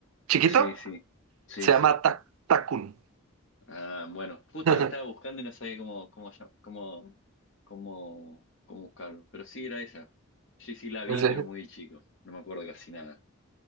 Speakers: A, on the right (about 80°); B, on the left (about 60°).
A: chiquito,
B: Sí, sí, sí,
A: se
B: sí.
A: llama Ta- Takun.
B: Ah, bueno, justo
A: <laughs>
B: lo estaba buscando y no sabía cómo, cómo, llam- cómo, cómo, cómo buscarlo, pero sí era esa. Sí, sí, la
A: Pues,
B: vi,
A: <laughs>
B: pero muy chico, no me acuerdo casi nada.